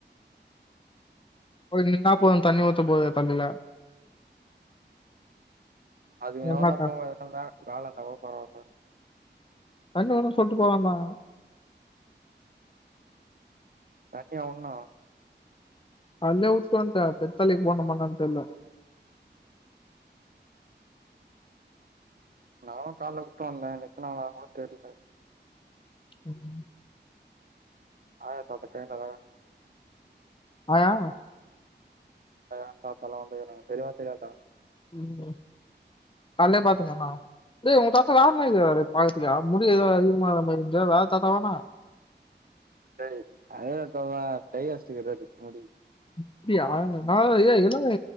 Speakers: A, on the left; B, on the right.
A: போய் நின்னா போது தண்ணி ஊத்துபோது தண்ணில
B: அது
A: என்னாத்த
B: எவடா போவா ஏற்கனவே வேல இருந்தாகூட பரவால்ல
A: தண்ணி ஆனா சொல்ட்டு போலாம்பாங்க
B: தண்ணி ஒன்னா
A: அங்யே உட்டு வந்டே பெர்சலைக்கு போனுமா என்னான் தெர்ல
B: நானு கால்லவுட்டு வந்தே எத்தானான்கூட தெர்ல
A: ம்
B: ஆயா தாத்தாட்ட கேக்குற
A: ஆயா
B: ஆயா தாத்தாலா வந்துகுறாங்க தெர்யுமா தெர்யாதா
A: ம் கால்லே பாத்தனே என்னா டே உங்க தாத்தா வேற மாரி இருக்றாரே பாக்கற்துக்கே முடி எதோ அதிகமா ஆன மாரி இருக்குதே வேற தாத்தாவா என்ன
B: டே அத வெட்டாமா டை அடிச்சுட்டு இருக்காப்டி முடி
A: அப்டியா நா ஏ என்னாடா